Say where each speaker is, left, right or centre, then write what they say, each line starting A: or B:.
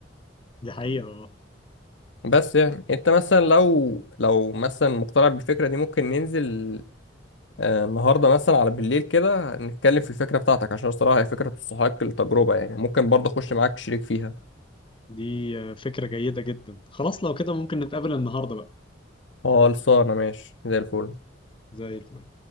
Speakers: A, on the left (about 30°); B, on the left (about 80°).
A: دي حقيقة اه
B: بس يعني انت مثلا لو لو مثلا مقتنع بالفكرة دي ممكن ننزل آه، النهارده مثلا على بالليل كده نتكلم في الفكرة بتاعتك عشان الصراحة هي فكرة تستحق التجربة يعني ممكن برضه اخش معاك شريك فيها
A: دي فكرة جيدة جدا خلاص لو كده ممكن نتقابل النهاردة بقى
B: خلصانة ماشي زي الفل
A: زي الفل